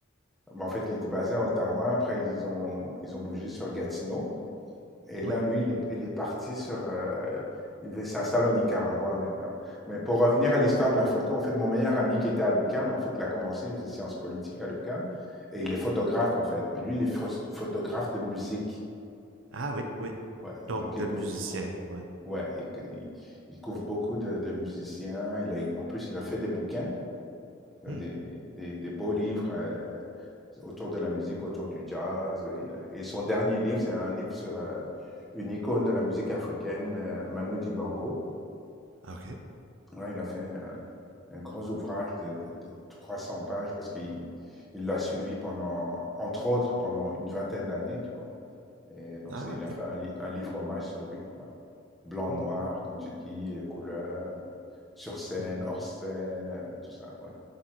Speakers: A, in the centre; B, on the right.
A: bon, en fait, il était basé à Ottawa, après ils ont, ils ont bougé sur Gatineau. Et là,
B: Oui.
A: lui, il est, il est parti sur... euh, il va- il s'installe au Nicaragua maintenant. Mais pour revenir à l'histoire de la photo, en fait, mon meilleur ami qui était à l'UQAM, en fait, il a commencé, il faisait sciences politiques à l'UQAM, et il est photographe, en fait. Mais lui, il est phos- photographe de musique.
B: Ah, oui, oui.
A: Ouais.
B: Donc,
A: Et Donc, il
B: de
A: couvre,
B: musicien,
A: il couvre-
B: ouais.
A: ouais, il, cou- il- il couvre beaucoup de, de musiciens. Il a, en plus, il a fait des bouquins, tu
B: Hmm.
A: vois, des, des- des- des beaux livres. euh, autour de la musique, autour du jazz. Et son dernier livre, c'est un livre sur euh, une icône de la musique africaine, euh, Manu Dibango.
B: Ah, Ok.
A: Ouais, il a fait un, un gros ouvrage de, de- de 300 pages parce qu'il il l'a suivi pendant, entre autres, pendant une vingtaine d'années, tu vois. Et donc,
B: Ah,
A: c'est- il
B: ok.
A: a fait un, li- un livre hommage sur lui, quoi. Blanc,
B: Hmm.
A: noir, comme tu dis, et couleurs, sur scène,
B: Mhm.
A: hors scène, euh, tout ça, ouais.